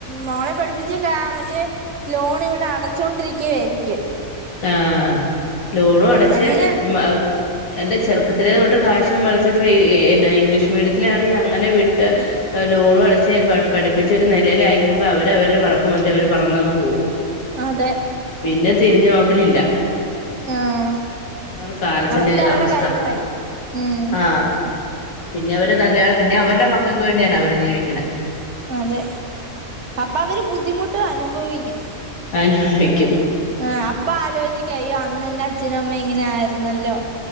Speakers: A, on the right (about 55°); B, on the left (about 75°).
A: മോളെ പഠിപ്പി ജി ക ആ മറ്റെ ലോൺ ഇവിടെ അടച്ചൊണ്ടിരിക്യാരിക്കും.
B: ആഹ് ലോണും അടച്ച്
A: അങ്ങനെ
B: മ എൻ്റെ ചെറുപ്പത്തിലെ തൊട്ട് കാശും വളർത്തിപ്പ എന്ന ഇംഗ്ലീഷ് മീഡിയത്തിലാണെങ്കി അങ്ങനെ വിട്ട് ലോണും അടച്ച് പഠിപ്പിച്ച് ഒരു നിലയിലയക്കുമ്പോ അവര് അവരുടെ പറക്കും മറ്റേ അവര് പറന്നങ്ങ് പോവും.
A: അതെ
B: പിന്നെ തിരിഞ്ഞു നോക്കലില്ല
A: ആഹ്
B: അതാണ് കാലത്തിന്റെ
A: അവർക്ക് അവരുടെ
B: അവസ്ഥ
A: കാര്യങ്ങളായി ഉമ്
B: ആഹ് പിന്നെ അവര് കല്യാണം പിന്നെ അവരുടെ മക്കക്ക് വേണ്ടിയാണ് അവര് ജീവിക്കണ്.
A: അതെ അപ്പൊ അവര് ബുദ്ധിമുട്ട് അനുഭവിക്കും.
B: ആഹ്
A: ആഹ് അപ്പൊ ആലോചിക്ക അയ്യോ അന്ന് എന്റെ അച്ഛനും അമ്മയും ഇങ്ങനൊയിരുന്നല്ലോ.